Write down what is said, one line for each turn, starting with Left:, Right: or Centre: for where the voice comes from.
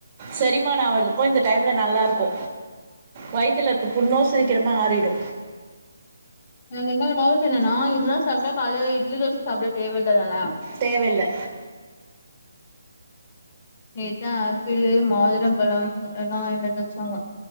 Right: செரிமான ஆவுறதுக்கு இந்த டைம்ல நல்லாருக்கூ வய்த்துல இருக்கு புண்ணு சீக்கிரமா ஆறிடு
Left: எனக்கு இன்னொரு டவுட் என்னன்னா இதெல்லா சாப்ட்டா காலைல இட்லி தோச சாப்ட தேவயில்லதான
Right: தேவயில்ல
Left: நேத்தா ஆப்பிளு மாதுளம்பழம் எல்லா வாய்ண்டு வந்து வச்சாங்க